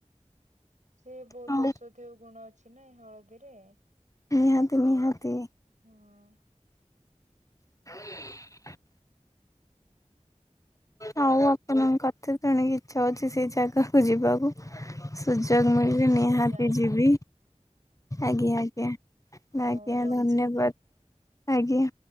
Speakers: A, on the right (about 70°); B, on the left (about 25°).
A: ସେ ବହୁତ
B: ହଉ
A: ଔଷଧୀୟ ଗୁଣ ଅଛି। କି ନାଇ ହଳଦୀରେ
B: ନିହାତି ନିହାତି।
A: ହୁଁ।
B: ହୁ <inaudible> ଆଉ ଆପଣ କଥା। ତେଣିକି ଇଚ୍ଛା ହଉଛି ସେ ଜାଗାକୁ ଯିବାକୁ। ସୁଯୋଗ
A: ଆଜ୍ଞା
B: ମିଳିଲେ
A: ନିଶ୍ଚୟ
B: ନିହାତି
A: ଯାଆନ୍ତୁ
B: ଯିବି। ଆଜ୍ଞା ଆଜ୍ଞା
A: ହଉ
B: ଆଜ୍ଞା
A: ରହୁଛି
B: ଧନ୍ୟବାଦ ଆଜ୍ଞା।